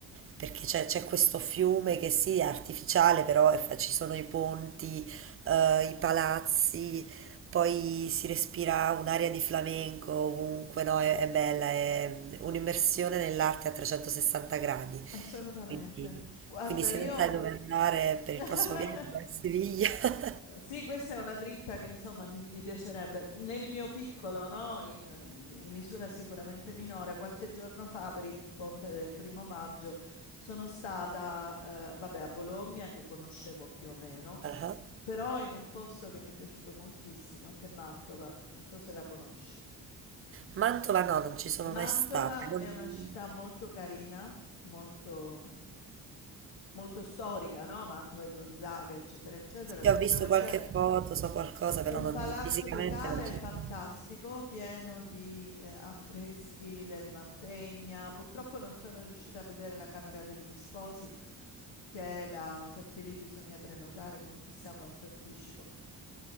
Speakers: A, on the right; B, on the left.
A: perché c'è c'è questo fiume che sì, è artificiale, però è fa- ci sono i ponti, eh, i palazzi, poi si respira un'aria di flamenco ovunque, no? È, è bella, è un'immersione nell'arte a 360 gradi.
B: Assolutamente.
A: Quindi,
B: Guarda,
A: quindi se
B: io...
A: non sai dove andare per
B: <laughs>
A: il prossimo viaggio, vai a Siviglia. <laughs>
B: Sì, questa è una dritta che insomma mi, mi piacerebbe. Nel mio piccolo, no? In, in- in misura sicuramente minore, qualche giorno fa per il ponte del primo maggio sono stata, eh, vabbè, a Bologna che conoscevo più o meno
A: Ah.
B: però in un posto che mi è piaciuto moltissimo, che è Mantova, non so se la conosci.
A: Mantova no, non ci sono
B: Mantova
A: mai stata. Non-
B: è una città molto carina, molto, molto storica, no? Mantova e Gonzaga, eccetera, eccetera,
A: sì, ho visto
B: dove
A: qualche
B: c'è
A: foto, so qualcosa, però
B: un
A: non-
B: palazzo
A: fisicamente
B: ducale
A: non ci
B: fantastico,
A: sono.
B: pieno di eh, affreschi del Mantegna. Purtroppo non sono riuscita a vedere la Camera degli Sposi, che è la, perché lì bisogna prenotare con chissà quanto anticipo.